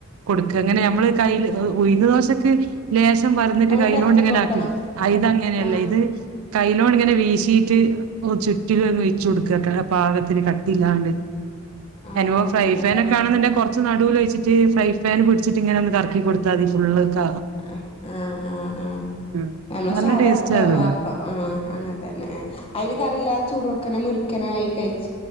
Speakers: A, on the right (about 80°); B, on the left (about 25°).
A: കൊടുക്ക ങ്ങനെ
B: ആഹ്
A: നമ്മള് കയ്ല് ഉ ഉഴുന്ന് ദോശക്ക് ലേശം പാർന്നിട്ട്
B: നമ്മള്
A: കയ്ലോണ്ടിങ്ങനെ
B: പെരത്തി കൊടുക്കണം
A: ആക്കി അ ഇതങ്ങനെയല്ല
B: ആഹ്
A: ഇത് കയ്ലോണ്ട് ങ്ങനെ വീശീട്ട് ചുറ്റിലും അങ് ഒഴിച്ചു കൊടുക്ക പാകത്തിന് കട്ടില്ലാണ്ട്.
B: ആഹ്
A: അല്ലോം
B: അങ്ങനെ
A: ഫ്രൈ
B: നമ്മള്
A: ഫാൻ ഒക്ക ആണന്നുണ്ടെങ്ക് കൊർ ച്ച് നടൂലൊഴിച്ചിട്ട് ഫ്രൈ ഫാൻ പിടിച്ചിട്ട്ങ്ങനെ ഒന്ന് കറക്കി കൊടുത്താതി ഫുള്ള് ക
B: അഹ് ആഹ് ആഹ് ആഹ്.
A: ഉം
B: നമ്മളെ
A: നല്ല
B: സാദാ
A: ടേസ്റ്റ്
B: ദോ
A: അത്
B: അപ്പം ആഹ് അങ്ങൻതന്നെ ആഹ് അയ്ന് കറില്ലാതെ ചൂടോട്ക്കനെ മുരിക്കനായി കഴിച്ച്